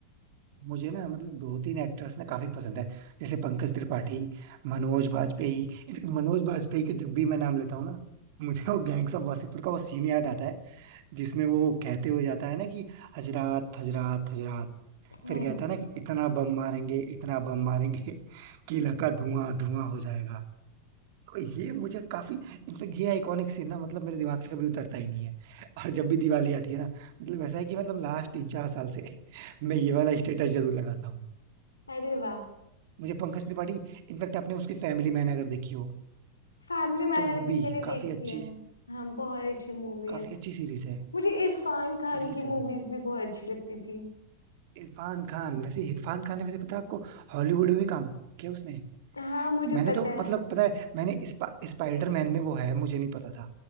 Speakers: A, on the right (about 50°); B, on the left (about 75°).
A: मुझे ना मतलब दो तीन एक्टर्स ना काफी पसंद है जैसे पंकज त्रिपाठी मनोज बाजपेयी इनफैक्ट मनोज बाजपेयी का जब भी मैं नाम लेता हूँ ना मुझे वो गैंग्स ऑफ वासेपुर का वो सीन याद आता है जिसमें वो कहते हुए जाता है ना कि हजरात हजरात हजरात
B: हम्म
A: फिर कहता है ना कि इतना बम मारेंगे इतना बम मारेंगे <laughs> कि इलाका धुआं धुआं हो जाएगा तो ये मुझे काफी इनफेक्ट ये आइकॉनिक सीन ना मतलब मेरे दिमाग से कभी उतरता ही नहीं है और जब भी दिवाली आती है ना मतलब ऐसा है कि मतलब लास्ट तीन चार साल से <laughs> मैं ये वाला स्टेटस जरूर लगाता हूँ
B: अरे वाह
A: मुझे पंकज त्रिपाठी इनफैक्ट आपने उसकी फैमिली मैन अगर देखी हो
B: फैमिली मैन
A: तो वो
B: आई थिंक
A: भी
B: मैंने
A: काफी
B: देखी
A: अच्छी
B: है हाँ बहुत अच्छी मूवी
A: काफी
B: है
A: अच्छी सीरीज है
B: मुझे इरफान खान
A: सीरीज
B: की
A: है
B: मूवीज
A: वो
B: भी बहुत अच्छी लगती थी
A: इरफान खान वैसे इरफान खान ने वैसे पता है आपको हॉलीवुड में भी काम किया उसने
B: हाँ मुझे
A: मैंने
B: पता
A: तो मतलब
B: है
A: पता है मैंने स्पा, स्पाइडरमैन में वो है मुझे नहीं पता था